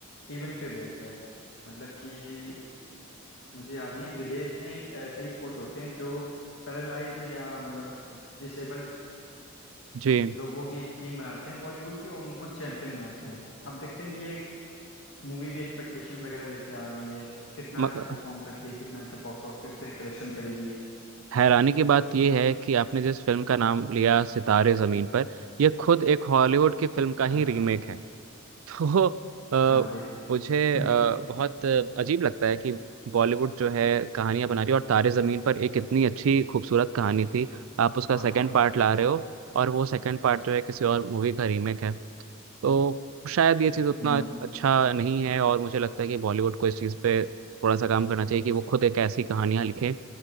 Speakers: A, on the left; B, on the right.
A: इवेंट पे बेस्ड है मतलब कि मुझे याद नहीं विदेश में एक ऐसे ही कोच होते हैं जो पैरालाइज्ड या मतलब डिसेबल्ड
B: जी
A: लोगों की एक टीम बनाते हैं वॉलीबॉल की और उनको चैंपियन बनाते हैं अब देखते हैं ये मूवी भी एक्सपेक्टेशन वगैरह लेके आ रही है कितना
B: मगर
A: अच्छा परफॉर्म करती है कितना अच्छा बॉक्स ऑफिस पे कलेक्शन करेगी ये
B: हैरानी की बात यह है कि आपने जिस फिल्म का नाम लिया सितारे ज़मीन पर यह खुद एक हॉलीवुड की फिल्म का
A: हाँ
B: ही रीमेक है तो अ,
A: हाँ देखो
B: मुझे
A: <laughs>
B: अ, बहुत अजीब लगता है कि बॉलीवुड जो है कहानियां बना रही है और तारे जमीन पर एक इतनी अच्छी खूबसूरत कहानी थी आप उसका
A: हाँ
B: सेकंड पार्ट ला रहे हो और वो सेकंड पार्ट जो है किसी और मूवी का रीमेक है तो शायद ये चीज़ उतना
A: हम्म
B: अच्छा नहीं है और मुझे लगता है कि बॉलीवुड को इस चीज़ पे थोड़ा सा काम करना चाहिए कि वो खुद एक ऐसी कहानियां लिखें